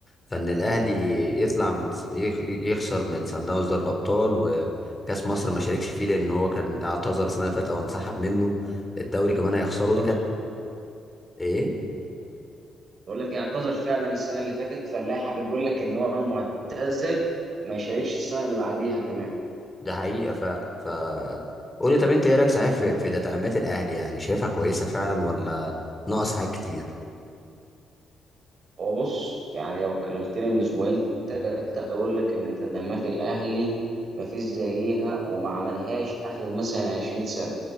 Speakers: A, on the left; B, on the right.
A: فان الاهلي يطلع من يخ- يخسر من سان داونز دوري الابطال وكاس مصر ما شاركش فيه لان هو كان اعتذر السنه اللي فاتت او انسحب منه الدوري كمان هيخسره
B: اعتذر
A: دي كانت ايه
B: بقول لك اعتذر فعلا السنة اللي فاتت فاللائحة بتقول لك ان هو المعتذر ما يشاركش السنة اللي بعديها كمان
A: ده حقيقه فعلا ف قولي طب انت ايه رايك صحيح في, في تدعيمات الاهلي يعني شايفها كويسه فعلا ولا ناقص حاجات كتير
B: هو بص يعني لو كلمتني من اسبوعين ثلاثة اقول لك ان تدعيمات الاهلي ما فيش زيها وما عملهاش اخر مثلا 20 سنة